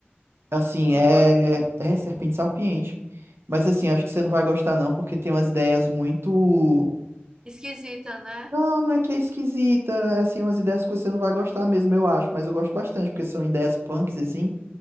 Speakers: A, on the right; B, on the right.
A: Assim,
B: Hum?
A: é é Serpente Sapiente. Mas assim, acho que você não vai gostar não, porque tem umas ideias muito
B: Esquisita, né?
A: Não, não é que é esquisita, é assim umas ideias que você não vai gostar mesmo, eu acho, mas eu gosto bastante, porque são ideias punks assim.